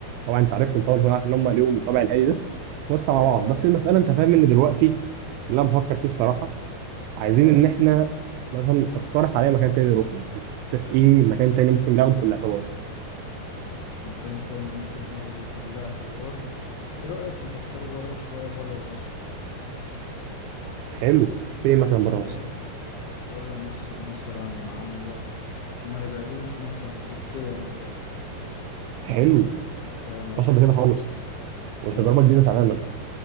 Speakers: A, on the right; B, on the left.
A: طبعا انت عارفهم
B: تمام
A: طبعا فانا عارف ان هم ليهم طابع الهادي ده ونطلع
B: أيوه
A: مع بعض بس
B: أيوه
A: المساله انت فاهم ان دلوقتي اللي انا بفكر فيه الصراحه عايزين
B: اه
A: ان احنا مثلا اقترح عليا مكان تاني نروحه مثلا شايف ايه مكان تاني ممكن ناخده في الاعتبار
B: مكان تاني ممكن ناخده في الاعتبار ايه رأيك نفكره بره شوية بره مصر
A: حلو فين مثلا بره
B: فاهم
A: مصر
B: بره مصر مثلا عندك ما نبعدوش مثلا تركيا مثلا
A: حلو
B: فاهم
A: مفيش
B: قصدي
A: قبل كده خالص وتجربه
B: اه
A: جديده تماما